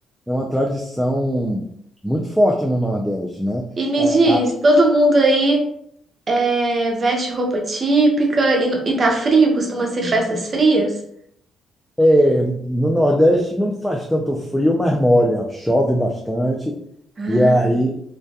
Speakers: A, in the centre; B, on the right.
A: é uma tradição muito forte no Nordeste, né?
B: E me
A: É,
B: diz, todo mundo aí é, veste roupa típica e, no- e tá frio? Costuma ser festas frias?
A: É, no Nordeste não faz tanto frio, mas molha, chove bastante.
B: Ah.
A: E aí